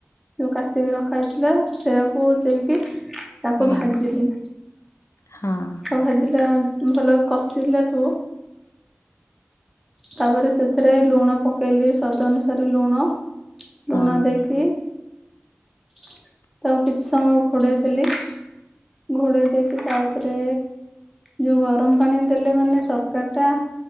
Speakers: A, in the centre; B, on the left.
A: ଯୋଉ କାଟିକି ରଖା ହେଇଥିଲା ସେରାକୁ ଦେଇକି ତାକୁ
B: ହୁଁ।
A: ଭାଜିଲି,
B: ହଁ
A: ଆଉ ଭାଜିଲା ଭଲକି କଷିଲାଠୁ ତାପରେ ସେଥିରେ ଲୁଣ ପକେଇଲି ସ୍ଵାଦ ଅନୁସାରେ ଲୁଣ
B: ହଁ।
A: ଲୁଣ ଦେଇକି ତାକୁ କିଛି ସମୟ ଘୋଡେଇ ଦେଲି ଘୋଡେଇ ଦେଇକି ତାପରେ ଯୋଉ ଗରମ ପାଣି ଦେଲେ ମାନେ ତରକାର ଟା